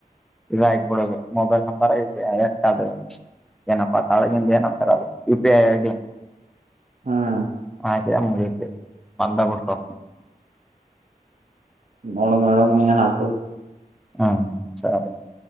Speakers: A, in the centre; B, on the right.
A: ಇದ ಆಗ್ಬಿಡುದು ಮೊಬೈಲ್ ನಂಬರ್ ಇ ಎಷ್ಟ ಅದು ಏನಪ್ಪಾ ತಾಳಗಿಂದ ಏನಂತಾರೆ ಅದು ಯು ಪಿ ಐ ಐಡಿ.
B: ಹ್ಮ್
A: ಹಕ ಮು ಬಂದ ಬಿಡ್ತವ.
B: ನೋಡಮ್ಮ ನೋಡಮ್ಮ ಏನ ಆತಾದ
A: ಹಾ ಸರಿ